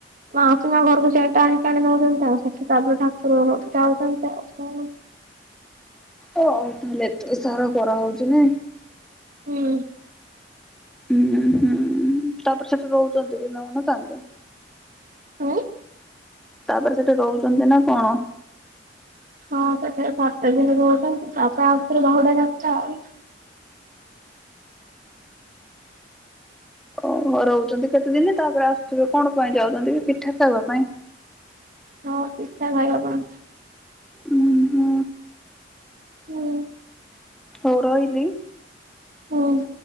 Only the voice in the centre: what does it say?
ହ ଆଉ ତାହେଲେ ଏ ସାରା କରାହଉଛି ନା।
ହଁ ତାପରେ ସେଠି ରହୁଛନ୍ତି କି ନହୁଉନ ସାଙ୍ଗେ।
ତାପରେ ସେଠି ରହୁଛନ୍ତି ନା କଣ?
ଓ ରହୁଛନ୍ତି କେତେଦିନ ତାପରେ ଆସୁଥିବେ କଣ ପାଇଁ ଯାଉଛନ୍ତି କି ପିଠା ଖାଇବା ପାଇଁ?
ଉ ହୁଁ।
ହଉ ରହିଲି।